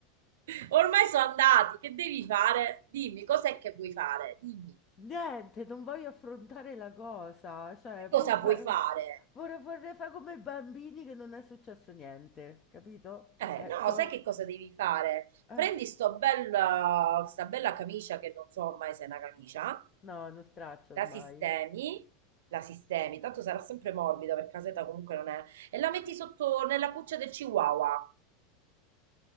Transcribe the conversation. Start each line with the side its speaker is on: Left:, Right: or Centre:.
Right: Ormai sono andati, che devi fare? Dimmi, cos'è che vuoi fare? Dimmi.
Left: <laughs> Niente, non voglio affrontare la cosa, cioè,
Right: Che
Left: boh,
Right: Cosa
Left: fa-
Right: vuoi fare?
Left: vorrei, vorrei fare come i bambini che non è successo niente, capito?
Right: Eh,
Left: Ecco,
Right: no, sai che cosa devi fare?
Left: eh,
Right: Prendi sto bella, sta bella camicia che non so ormai se è una camicia
Left: no, non straccio ormai.
Right: La sistemi, la sistemi, tanto sarà sempre morbida perché caseta comunque non è, e la metti sotto nella cuccia del chihuahua.